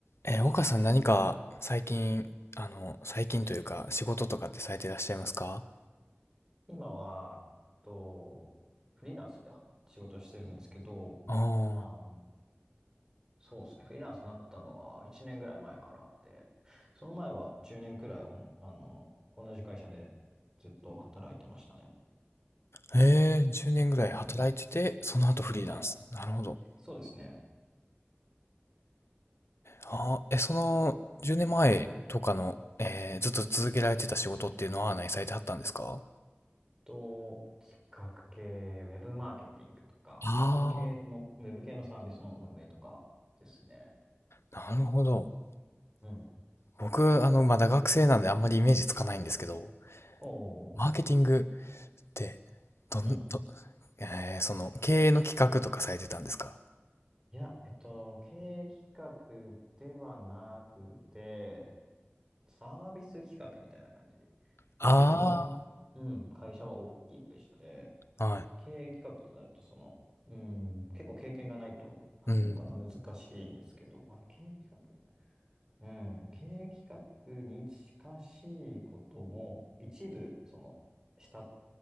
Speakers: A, on the left (about 80°); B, on the right (about 15°).
A: えー、岡さん何か最近、あの、最近というか仕事とかってされていらっしゃいますか
B: 今は、えっと、フリーランスで仕事してるんですけど、
A: あ
B: あの、そうですね、フリーランスになったのは1年ぐらい前からで、その前は10年くらいおん、あの、同じ会社でずっと働いてましたね。
A: あー、えー、10年ぐらい働いてて、
B: はい。
A: その後フリーランス。
B: はい
A: なるほど。
B: そうですね。
A: ああ、え、その10年前とかの、
B: うん。
A: えーずっと続けられてた仕事っていうのは何されてはったんですか
B: と、企画系、ウェブマーケティングとか、
A: あ
B: ウェブ系の、ウェブ系のサービスの運営とかですね。
A: あー、なるほど。
B: うん。
A: 僕、あの、まだ学生なんであんまりイメージつかないんですけど、
B: おーおーお
A: マーケティングってどん、
B: ー
A: ど、えーその経営の企画とかされてたんですか
B: いや、えっと、経営企画ではなくて、サービス企画みたいな感じ。
A: あ
B: 結構自分の、うん、会社は大きい会社で、
A: あー、はい。
B: 経営企画となると、その、うん、結構経験がないと、なんていうのかな、
A: うん、
B: 難しいんですけど、あの、経営企画、うん、経営企画に近しいことも、一部、その、下っ